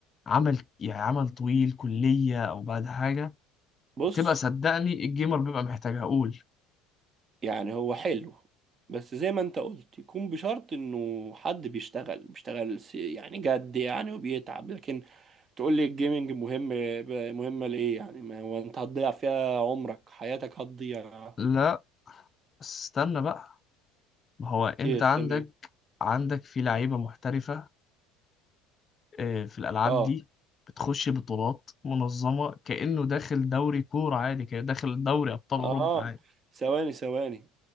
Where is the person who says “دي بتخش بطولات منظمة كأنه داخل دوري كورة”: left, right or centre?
Left